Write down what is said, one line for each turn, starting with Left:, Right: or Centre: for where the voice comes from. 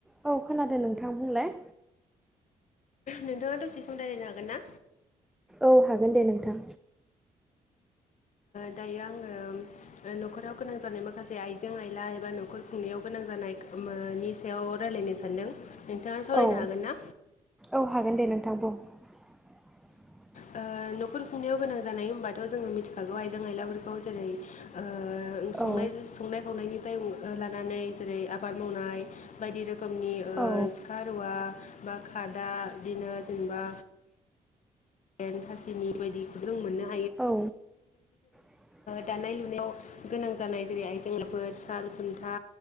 Centre: औ खोनादों नोंथां बुंलाय
Left: नोंथाङा दसे सम रायलायनो हागोन ना?
Centre: औ हागोन दे नोंथां
Left: दायो आङो न'खराव गोनां जानाय माखासे आइजें आइला एबा न'खर खुंनायाव गोनां जानाय बेयाव रायज्लायनो सानदों नोंथाङा सावरायनो
Centre: औ
Left: हागोन ना
Centre: औ हागोन दे नोंथां बुं <inaudible>
Left: ओ न'खर खुंनायाव गोनां जानाय होनबाथ' जोङो मिथिखागौ आइजें आयलाफोरखौ जेरै ओ सं
Centre: औ
Left: संनाय खावनायनिफ्राय लानानै जेरै आबाद मावनाय बायदि रो खोमनि ओ
Centre: औ
Left: सिखा रुवा बा खादा बिदिनो जेनेबा हुखेन हासिनि बायदिखौ जों मोनो
Centre: औ <inaudible>
Left: दानाय लुनायाव गोनां जानाय जेरै आइजेंनाफोर साल खुन्था